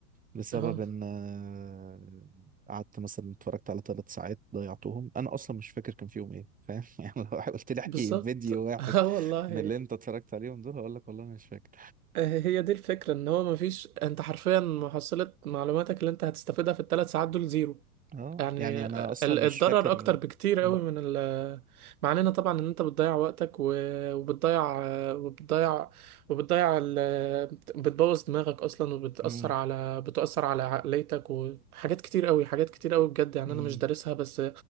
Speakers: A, on the right; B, on the right.
A: بسبب
B: اه
A: ان آه، قعدت مثلا اتفرجت على ثلاث ساعات ضيعتهم انا اصلا مش فاكر كان فيهم ايه فاهم <laughs> يعني لو قلت لي احكي
B: بالظبط
A: فيديو واحد
B: <laughs> اه والله
A: من اللي انت اتفرجت عليهم دول هقول لك والله مش فاكر
B: هي دي الفكرة ان هو مفيش انت حرفيا محصلة معلوماتك اللي انت هتستفيدها في الثلاث ساعات دول زيرو
A: اه
B: يعني
A: يعني انا اصلا
B: ال- الضرر
A: مش فاكر
B: اكتر بكتير قوي
A: م-
B: من ال مع اننا طبعا ان انت بتضيع وقتك و- وبتضيع وبتضيع وبتضيع ال... بتبوظ دماغك اصلا وبتأثر
A: م-
B: على بتأثر على عقليتك وحاجات كتير قوي حاجات كتير قوي بجد يعني
A: م.
B: انا مش دارسها بس